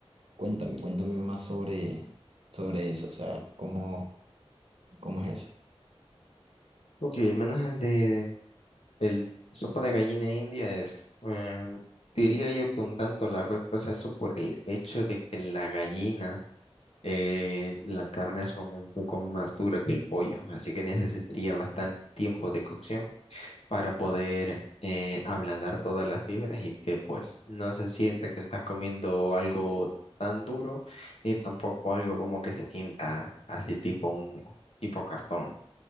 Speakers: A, on the right (about 65°); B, on the left (about 75°).
A: cuéntame, cuéntame más sobre, sobre eso, o sea, cómo, cómo es eso.
B: Ok, al menos el de el sopa de gallina india es, eh, diría yo que un tanto largo el proceso por el hecho de que la gallina, eh, la carne es como un poco más dura que el pollo, así que necesitaría bastante tiempo de cocción para poder eh, ablandar todas las fibras y que pues no se sienta que estás comiendo algo tan duro ni tampoco algo como que se sienta así tipo un tipo cartón.